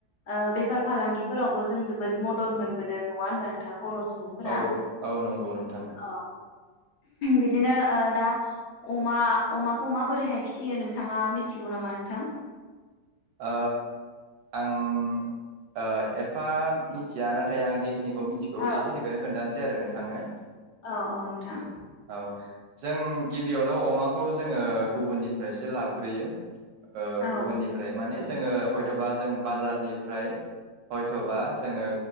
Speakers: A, on the left (about 70°); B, on the right (about 75°).
A: ओ बेपार फालांगिफोरावबो जों जोबोद मदद मोनबोदों नङा ओनबा नोंथां? बर' सुबुंफोरा
B: औ औ नंगौ नोंथां।
A: औ बिदिनो ओ दा अमा अमाखौ माबोरैहाय फियो नोंथाङा मिथिगौ नामा नोंथां?
B: ओ आं ओ एफा मिथिया नाथाय आं जिखिनि खौ मिथिखौ
A: औ
B: इखिनिखोनो खोन्थानोस। दि आरो नोंथांनो।
A: औ औ नोंथां।
B: औ जों गिबियावनो अमाखौ जोंङो गुबुननिफ्रायसो लाबग्रोयो। ओ
A: औ
B: गुबुननिब दे माने जोंङो हयथ'बा जों बाजारनिफ्राय। हयथ'बा जोङो।